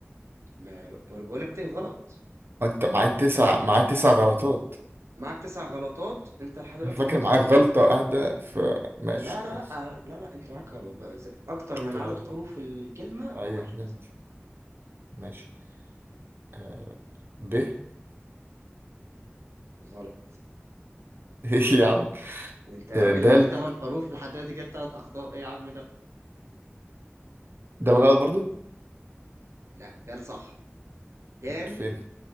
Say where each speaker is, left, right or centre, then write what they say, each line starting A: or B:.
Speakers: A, on the right (about 85°); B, on the right (about 55°).
A: ما بقول لك تيه غلط
B: أنت معايا تسع معايا تسع غلطات
A: معاك تسع غلطات أنت لحد دلوقتي
B: أنا فاكر
A: غلطت
B: معايا
A: اتنين
B: غلطة قاعدة في ماشي
A: لا لا
B: خلاص
A: لا آه، لا لا أنت معاك ب- ز- أكتر
B: كنت
A: من عدد
B: غلط
A: حروف الكلمة بواحد
B: أيوه فهمت ماشي آه ب <laughs>
A: غلط
B: إيه يا عم
A: أنت يا
B: آه
A: راجل
B: دال
A: معاك تمن حروف لحد دلوقتي جبت تلات أخطاء إيه يا عم ده؟
B: دال غلط برضو
A: لا ده صح ده
B: فين